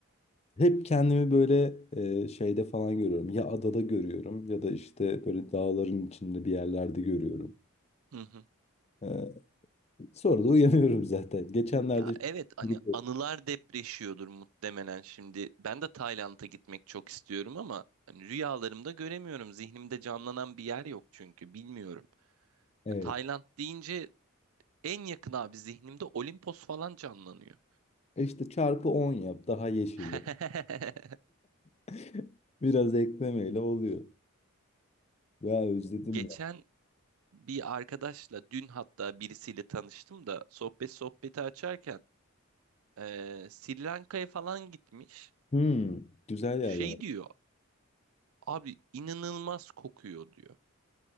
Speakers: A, on the left (about 30°); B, on the right (about 75°).
A: Hep kendimi böyle e, şeyde falan görüyorum. Ya adada görüyorum ya da işte böyle dağların içinde bir yerlerde görüyorum.
B: Hı hı.
A: E, sonra da uyanıyorum zaten. Geçenlerde
B: Ya evet hani
A: <laughs>
B: anılar depreşiyordur muhtemelen şimdi. Ben de Tayland'a gitmek çok istiyorum ama hani rüyalarımda göremiyorum. Zihnimde canlanan bir yer yok çünkü bilmiyorum.
A: evet.
B: Yani Tayland deyince en yakın abi zihnimde Olimpos falan canlanıyor.
A: E işte çarpı 10 yap daha yeşil
B: <laughs>
A: ya. <laughs> Biraz eklemeyle oluyor. Ya özledim
B: Geçen
A: ya.
B: bir arkadaşla dün hatta birisiyle tanıştım da sohbet sohbeti açarken eee Sri Lanka'ya falan gitmiş.
A: Hmm, güzel
B: Şey
A: yerler.
B: diyor abi inanılmaz kokuyor diyor.